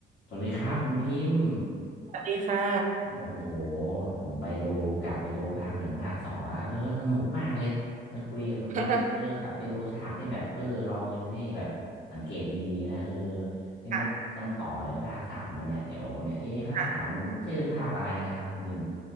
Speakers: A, on the left; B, on the right.
A: สวัสดีครับคุณพิมพ์
B: สวัสดีค่ะ
A: ผมโอ้โหผมไปดูกลับไปดูภาคหนึ่งภาคสองมาแล้วเออสนุกมากเลยนะคุยกับคุณพิมพ์เออกลับไปดูฉากที่แบบเออเรายังไม่ได้แบบสังเกตดีๆนะเออ
B: <laughs> ค่ะ
A: นี่จะต้องต่อเลยภาคสามมาเนี่ยเดี๋ยวเนี่ยเอ๊ะภาคสามมันชื่อภาคอะไรนะครับคุณพิมพ์
B: ค่ะ